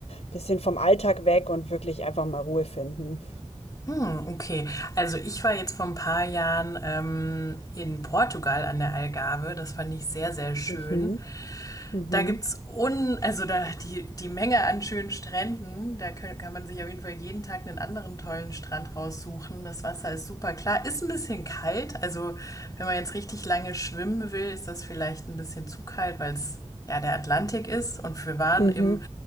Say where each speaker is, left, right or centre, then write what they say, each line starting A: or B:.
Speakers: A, on the left (about 80°); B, on the left (about 35°).
A: Bisschen vom Alltag weg und wirklich einfach mal Ruhe finden.
B: Hm, okay. Also ich war jetzt vor ein paar Jahren ähm, in Portugal an der Algarve. Das fand ich sehr, sehr schön.
A: Mhm. Mhm.
B: Da gibt's un, also da die, die Menge an schönen Stränden, da kö- kann man sich auf jeden Fall jeden Tag einen anderen tollen Strand raussuchen. Das Wasser ist super klar, ist ein bisschen kalt. Also wenn man jetzt richtig lange schwimmen will, ist das vielleicht ein bisschen zu kalt, weil es ja der Atlantik ist. Und wir waren
A: Mhm.
B: im